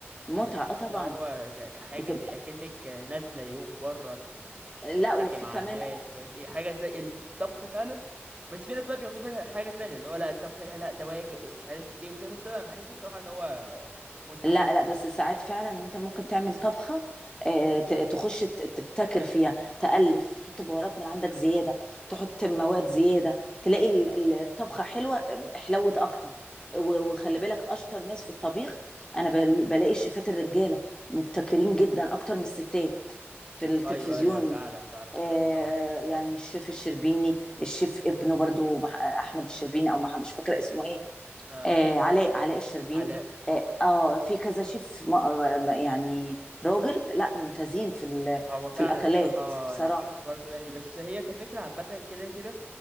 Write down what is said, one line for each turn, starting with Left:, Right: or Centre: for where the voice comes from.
Left: متعه
Right: يعني بحس
Left: اه طبعا
Right: ان هو ك- كحاجة
Left: بتبقى
Right: زي اكنك نازلة يوم برا تت- تتفسحي
Left: لا وفي
Right: مع
Left: كمان
Right: الناس مش عارف ايه حاجة زي الطبخ فعلا بس في ناس بقى بياخدوا بالها حاجة تانية اللي هو لا الطبخ ده لا ده واجب ومش عارف ايه وكده بس انا بحس الصراحة ان هو متعة
Left: لا
Right: يعني
Left: لا بس ساعات فعلا انت ممكن تعمل طبخه آه، ت- تخش ت- تبتكر فيها تألف تحط بهارات من عندك زياده تحط مواد زياده تلاقي ال- ال- الطبخه حلوه آه، حلوت اكتر و- وخلي بالك اشطر ناس في الطبيخ انا بل- بلاقي الشيفات الرجاله مبتكرين جدا اكتر من الستات في التلفزيون
Right: ايوه ايوه فعلا فعلا
Left: آه،
Right: فعلا اه
Left: يعني الشيف الشربيني الشيف ابنه برضو مح- احمد الشربيني او مح- مش فاكره اسمه ايه
Right: اه
Left: آه علاء علاء الشربيني
Right: على
Left: اه آه، في كذا شيف م- آه، م- يعني راجل لا ممتازين في ال-
Right: هو فعلا
Left: في الاكلات
Right: الصراحة
Left: بصراحه
Right: أنا بشوف برضو يعني بس هي كفكرة عامة كده كده